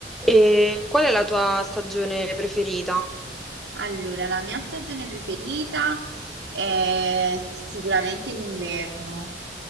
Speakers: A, in the centre; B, on the right.
A: E qual è la tua stagione preferita?
B: Allora, la mia stagione preferita è sicuramente l'inverno.